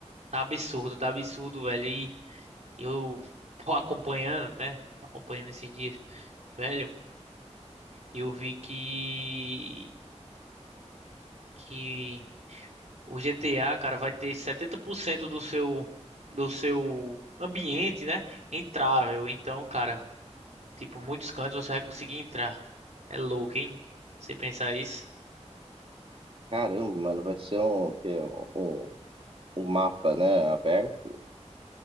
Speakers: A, on the right (about 70°); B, on the right (about 50°).
A: Tá absurdo, tá absurdo, velho. E eu tô acompanhando, né? Tô acompanhando esses dias, velho. Eu vi que que o GTA, cara, vai ter 70% do seu do seu ambiente, né? Entrável. Então, cara, tipo, muitos cantos você vai conseguir entrar. É louco, hein? Você pensar isso?
B: Caramba, mano, vai ser um, o quê? Um, um, um mapa, né, aberto.